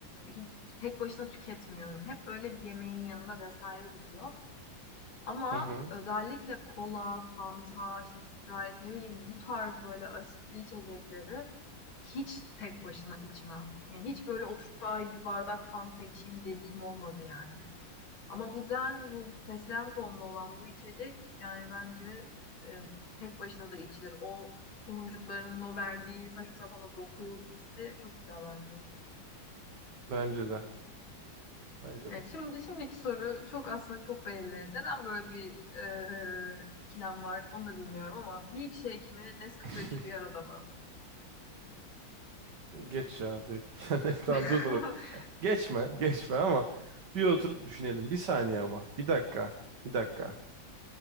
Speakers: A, on the left; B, on the right.
A: hi- tek başına tüketmiyorum. Hep böyle bir yemeğin yanında vesaire gidiyor. Ama
B: Hı hı.
A: özellikle kola, Fanta, işte Sprite ne bileyim bu tarz böyle asitli içecekleri hiç tek başına içmem. Yani hiç böyle oturup da ay bir bardak Fanta içeyim dediğim olmadı yani. Ama bu zen, bu fesleğen tohumlu olan bu içecek yani bence e, tek başına da içilir. O tohumcuklarının o verdiği saçma sapan o doku hissi çok güzel bence.
B: Bence de. Bence
A: Evet,
B: de.
A: şimdi şimdiki soru çok aslında çok belli. Neden böyle bir e, ikilem var onu da bilmiyorum ama milkshake mi Nescafe
B: <laughs>
A: üçü bir arada mı?
B: Geç ya direkt. <laughs> Yani
A: <laughs>
B: tamam dur dur. Geçme, geçme ama bir oturup düşünelim. Bir saniye ama. Bir dakika. Bir dakika.